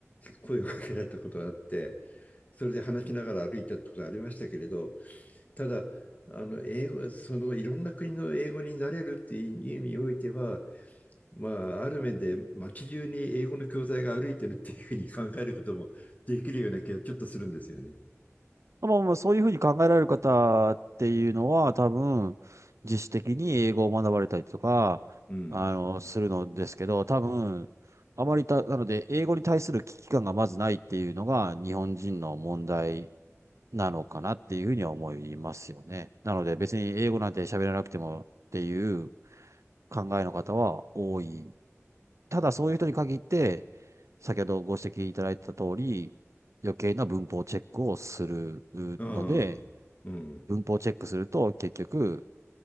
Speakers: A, on the left; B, on the right.
A: 声をかけられたことがあって、それで話しながら歩いたってことがありましたけれど、ただ、あの英語、そのいろんな国の英語になれるっていう意味においては、まあ、ある面で街中に英語の教材が歩いてるっていうふうに考えることもできるような気がちょっとするんですよね。
B: まあまあそういうふうに考えられる方っていうのは多分自主的に英語を学ばれたりとか、
A: うん。
B: あの、するのですけど、多分あまりた、なので英語に対する危機感がまずないっていうのが日本人の問題なのかなっていうふうには思いますよね。なので別に英語なんて喋らなくてもっていう考えの方は多い。ただそういう人に限って、先ほどご指摘いただいた通り、余計な文法チェックをするので、
A: うん。うん。
B: 文法チェックすると結局、